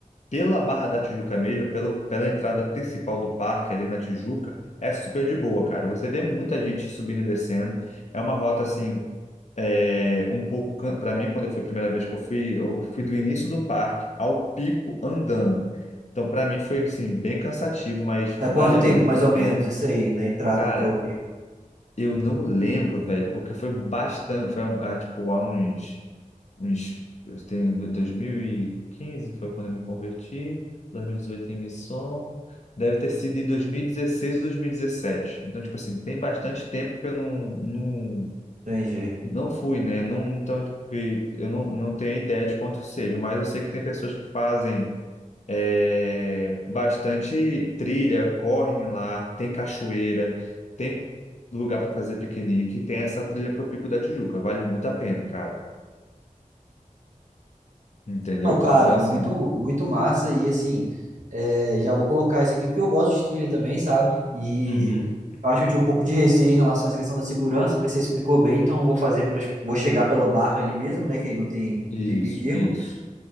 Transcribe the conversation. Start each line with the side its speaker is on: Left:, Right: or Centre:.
Left: pela Barra da Tijuca mesmo, pelo, pela entrada principal do parque ali na Tijuca, é super de boa, cara. Você vê muita gente subindo e descendo. É uma rota, assim, é, um pouco para mim quando eu fui a primeira vez que eu fui eu fui do início do parque ao pico andando então para mim foi assim bem cansativo mas
Right: É
Left: valeu
Right: quanto tempo,
Left: muito
Right: mais ou
Left: a pena
Right: menos, esse aí, da entrada
Left: cara
Right: até o pico?
Left: eu não lembro velho porque foi bastante foi ah, tipo há uns uns eu tenho 2015 foi quando eu me converti 2018 em missão deve ter sido de 2016 ou 2017 então tipo assim tem bastante tempo que eu não, não
Right: Entendi.
Left: não fui, né? Não, então, tipo, que eu não, não tenho ideia de quanto seja, mas eu sei que tem pessoas que fazem é, bastante trilha, correm lá, tem cachoeira, tem lugar para fazer piquenique, tem essa trilha para o Pico da Tijuca, vale muito a pena, cara. Entendeu?
Right: Não, cara,
Left: Então, assim,
Right: muito, muito massa. E assim, é, já vou colocar isso aqui porque eu gosto de trilha também, sabe? E
Left: uhum,
Right: eu acho que eu tinha um pouco de receio em relação a essa questão da segurança, mas você explicou bem, então eu vou fazer, pra, vou chegar pela barra ali mesmo, né? Que aí não tem,
Left: isso,
Right: não tem perigo.
Left: isso.